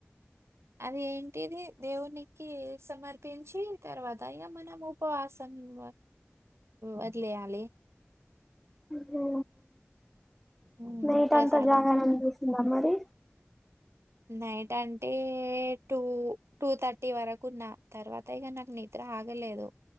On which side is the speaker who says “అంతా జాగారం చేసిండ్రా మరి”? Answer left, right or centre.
Centre